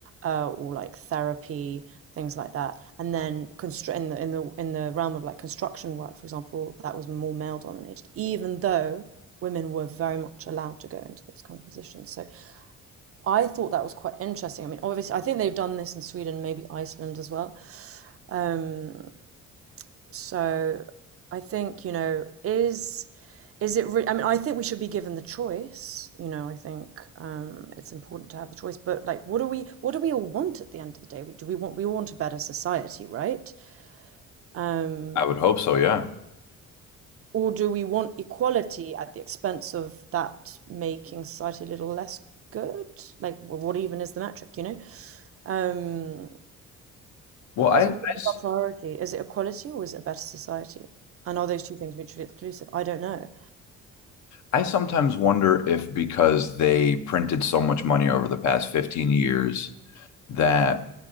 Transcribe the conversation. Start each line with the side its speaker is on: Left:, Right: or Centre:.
Right: uh, or like therapy, things like that. And then constr in the in the in the realm of like construction work, for example, that was more male dominated, even though women were very much allowed to go into those kind of positions. So I thought that was quite interesting. I mean, obviously, I think they've done this in Sweden, maybe Iceland as well. Um, so I think, you know, is is it re I mean, I think we should be given the choice. You know, I think um, it's important to have the choice. But like, what do we what do we all want at the end of the day? We, do we want we want a better society, right? Um,
Left: would hope so, yeah.
Right: or do we want equality at the expense of that making society a little less good? Like, wh- what even is the metric, you know? Um,
Left: Well, I
Right: so what
Left: I
Right: is our priority? Is it equality or is it a better society? And are those two things mutually exclusive? I don't know.
Left: I sometimes wonder if because they printed so much money over the past 15 years that